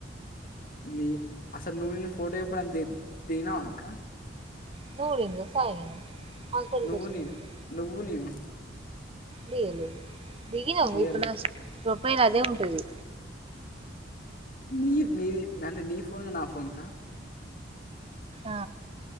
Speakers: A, on the left (about 45°); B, on the right (about 30°).
A: నీ అసల్ నుగిన ఫోటో ఎప్పుడన్నా ది దిగినవా అక్క
B: నువ్వు దిగు సాయి హాస్పిటల్
A: నువ్వు
B: కి వచ్చినప్పుడు
A: నేను నువ్వు నేను
B: దిగలేదు దిగినవ్
A: దిగలే
B: ఇప్పుడు నా స్ ప్రొఫైల్ అదే ఉంటది
A: నీర్ నీ నన్ను నీ ఫోన్ నా ఫోన్ కా
B: ఆ